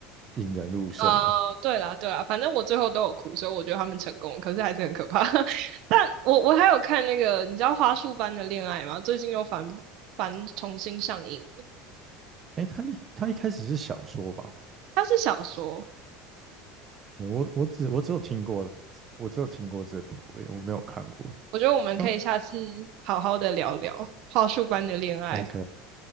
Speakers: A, on the right (about 25°); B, on the right (about 55°).
A: 引人入胜嘛。
B: 啊、呃对啦，对啦，反正我最后都有哭，所以我觉得他们成功，可是还是很可怕。<laughs> 但我我还有看那个，你知道《花束般的恋爱》吗？最近又翻翻重新上映了
A: 哎，他一他一开始是小说吧？
B: 它是小说，
A: 我我只我只有听过，我只有听过这部，诶我没有看过。
B: 我觉得我们可以下次好好的聊聊《花束般的恋爱》，
A: 他 OK，